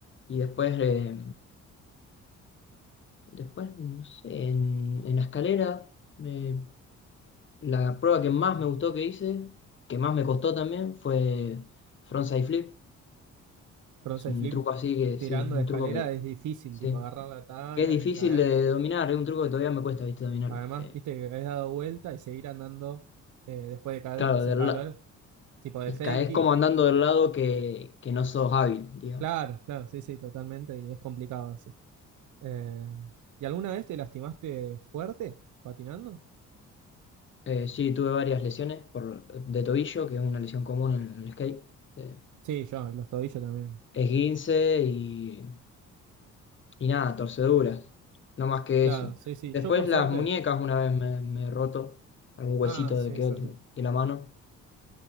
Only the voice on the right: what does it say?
Frontside
flip
tirando
de escalera
es difícil,
tipo agarrar la tabla
y caer.
Además,
viste que has dado vuelta y seguir andando eh, después de caer
unos
escalones,
tipo de
fakey.
Claro, claro, sí, sí, totalmente, y es complicado sí Eh, ¿y alguna vez te lastimaste fuerte patinando?
Sí, yo, los tobillos también.
Claro,
sí, sí,
yo por suerte.
Ah,
sí,
sí,
sí.